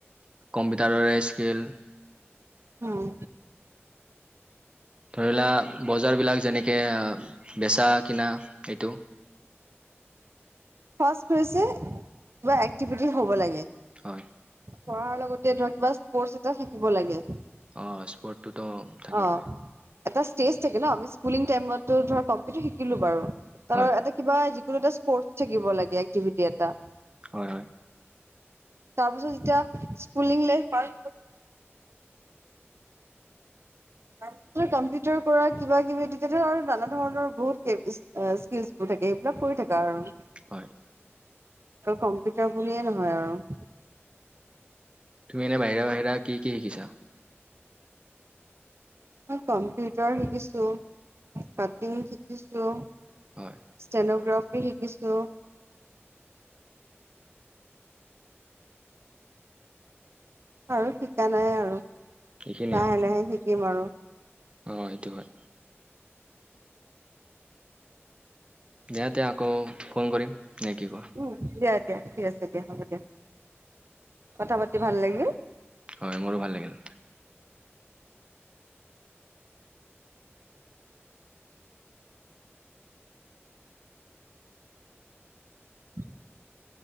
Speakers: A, on the right; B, on the right.
A: কম্পিউটাৰৰে স্কিল।
B: হুম,
A: ধৰি লোৱা বজাৰবিলাক যেনেকে বেচা কিনা এইটো
B: ফাৰ্ষ্ট কৈছে কিবা একটিভিটি হব লাগে।
A: হয়।
B: পঢ়াৰ লগতে ধৰা কিবা স্পৰ্টচ এটা থাকিব লাগে।
A: অ' স্পৰ্টটোতো থাকিব
B: অ'
A: লাগে
B: এটা ষ্টেজ থাকে ন' আমি স্কোলিং টাইমটো কম্পিউটাৰ শিকিলোঁ বাৰু। <unintelligible>
A: হয়
B: এটা কিবা যিকোনো এটা স্পৰ্ট থাকিব লাগে এক্টিভিটি এটা।
A: হয় হয়।
B: তাৰপিছত যেতিয়া স্কুলিং লাইফ পাৰ হৈ <inaudible> কম্পিউটাৰ কৰা কিবা কিবি তেতিয়া নানা ধৰণৰ বহুত কে-কি-স্কিল <unintelligible> থাকে এইবিলাক কৰি থাকা আৰু।
A: হয়।
B: কম্পিউটাৰ বুলিয়ে নহয় আৰু।
A: তুমি এনে বাহিৰা বাহিৰা কি কি শিকিছা?
B: মই কম্পিউটাৰ শিকিছোঁ। কাটিং শিকিছোঁ।
A: হয়।
B: ষ্টেনোগ্ৰাফি শিকিছোঁ। আৰু শিকা নাই আৰু,
A: এইখিনিয়ে
B: লাহে লাহে শিকিম আৰু।
A: অ' এইটো হয়। দিয়াতে আকৌ ফোন কৰিম নে কি কোৱা?
B: উম, দিয়া দিয়া ঠিক আছে দিয়া হ'ব দিয়া, কথা পাতি ভাল লাগিল।
A: হয় মোৰো ভাল লাগিল।
B: <inaudible>